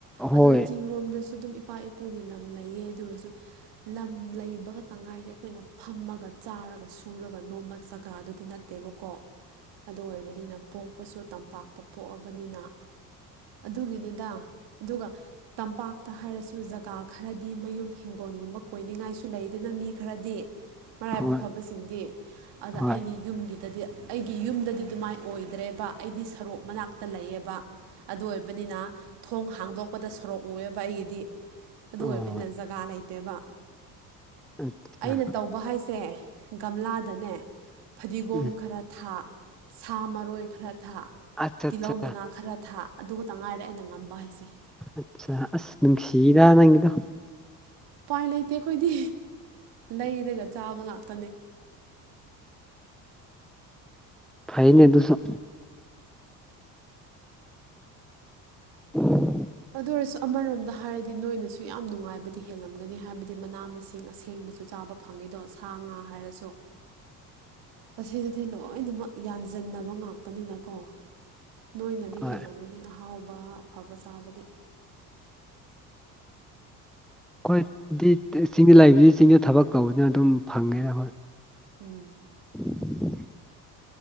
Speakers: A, on the right; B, in the centre.
A: ꯑꯗꯣ
B: ꯍꯣꯏ
A: ꯆꯤꯡꯔꯣꯝꯗꯁꯨ ꯑꯗꯨꯝ ꯏꯄꯥ ꯏꯄꯨꯒꯤ ꯂꯝ ꯂꯩꯌꯦ ꯑꯗꯨ ꯑꯣꯏꯔꯁꯨ ꯂꯝ ꯂꯩꯕ ꯈꯇꯥ ꯉꯥꯏꯔꯦ ꯑꯩꯈꯣꯏꯅ ꯐꯝꯃꯒ ꯆꯥꯔꯒ ꯁꯨꯔꯒ ꯅꯣꯝꯕ ꯖꯒꯥꯗꯨꯗꯤ ꯅꯠꯇꯦꯕꯀꯣ ꯑꯗꯨ ꯑꯣꯏꯕꯅꯤꯅ ꯄꯣꯛꯄꯁꯨ ꯇꯝꯄꯥꯛꯇ ꯄꯣꯛꯑꯕꯅꯤꯅ ꯑꯗꯨꯒꯤꯅꯤꯗ ꯑꯗꯨꯒ ꯇꯝꯄꯥꯛꯇ ꯍꯥꯏꯔꯁꯨ ꯖꯒꯥ ꯈꯔꯗꯤ ꯃꯌꯨꯝ ꯍꯤꯡꯒꯣꯜꯒꯨꯝꯕ ꯀꯣꯏꯅꯤꯡꯉꯥꯏꯁꯨ ꯂꯩꯗꯅ ꯃꯤ ꯈꯔꯗꯤ ꯃꯔꯥꯏꯕꯛ
B: ꯍꯣꯏ
A: ꯐꯕꯁꯤꯡꯗꯤ ꯑꯗ
B: ꯍꯣꯏ
A: ꯑꯩꯒꯤ ꯌꯨꯝꯒꯤꯗꯗꯤ ꯑꯩꯒꯤ ꯌꯨꯝꯗꯗꯤ ꯑꯗꯨꯃꯥꯏꯅ ꯑꯣꯏꯗ꯭ꯔꯦꯕ ꯑꯩꯗꯤ ꯁꯔꯣꯛ ꯃꯅꯥꯛꯇ ꯂꯩꯌꯦꯕ ꯑꯗꯨ ꯑꯣꯏꯕꯅꯤꯅ ꯊꯣꯡ ꯍꯥꯡꯗꯣꯛꯄꯗ ꯁꯣꯔꯣꯛ ꯎꯑꯦꯕ ꯑꯩꯒꯤꯗꯤ ꯑꯗꯨ
B: ꯑꯣ
A: ꯑꯣꯏꯕꯅꯤꯅ ꯖꯒꯥ ꯂꯩ ꯗꯦꯕ
B: ꯑꯠꯆꯥ
A: ꯑꯩꯅ ꯇꯧꯕ ꯍꯥꯏꯁꯦ ꯒꯝꯂꯥꯗꯅꯦ ꯐꯗꯤꯒꯣꯝ
B: ꯎꯝ
A: ꯈꯔ ꯊꯥ ꯁꯥ ꯃꯔꯣꯏ ꯈꯔ ꯊꯥ
B: ꯑꯠꯆꯥ
A: ꯇꯤꯜꯍꯧ
B: ꯑꯠꯆꯥ
A: ꯃꯅꯥ ꯈꯔ ꯊꯥ ꯑꯗꯨ ꯈꯇꯉꯥꯏꯔꯦ ꯑꯩꯅ ꯉꯝꯕ ꯍꯥꯏꯁꯦ
B: ꯑꯆꯥ ꯑꯁ ꯅꯨꯡꯁꯤꯗꯥ ꯅꯪꯒꯤꯗꯣ
A: ꯎꯄꯥꯏ ꯂꯩꯇꯦ ꯑꯩꯈꯣꯏꯗꯤ ꯂꯩꯔꯒ ꯆꯥꯕ ꯉꯥꯛꯇꯅꯦ
B: ꯐꯩꯅꯦ ꯑꯗꯨꯁꯨ <unintelligible>
A: ꯑꯗꯨ ꯑꯣꯏꯔꯁꯨ ꯑꯃꯔꯣꯝꯗ ꯍꯥꯏꯔꯗꯤ ꯅꯣꯏꯅꯁꯨ ꯌꯥꯝ ꯅꯨꯡꯉꯥꯏꯕꯗꯤ ꯍꯦꯜꯂꯝꯒꯅꯤ ꯍꯥꯏꯕꯗꯤ ꯃꯅꯥ ꯃꯁꯤꯡ ꯑꯁꯦꯡꯕꯖꯨ ꯆꯥꯕ ꯐꯪꯉꯤꯗꯣ ꯁꯥ ꯉꯥ ꯍꯥꯏꯔꯁꯨ ꯑꯁꯤꯗꯗꯤ ꯂꯣꯏꯅꯃꯛ ꯌꯥꯟꯖꯤꯟꯅꯕ ꯉꯥꯛꯇꯅꯤꯅꯀꯣ ꯅꯣꯏꯅꯗꯤ
B: ꯍꯣꯏ
A: ꯍꯦꯜꯂꯝꯒꯅꯤ ꯑꯍꯥꯎꯕ ꯑꯐꯕ ꯆꯥꯕꯗꯤ
B: ꯑꯩꯈꯣꯏꯗꯤ ꯆꯤꯡꯗ ꯂꯩꯕꯅꯤꯅ ꯆꯤꯡꯗ ꯊꯕꯛ ꯇꯧꯔꯕꯅꯤꯅ ꯑꯗꯨꯝ ꯐꯪꯉꯦꯕ
A: ꯎꯝ
B: <inaudible>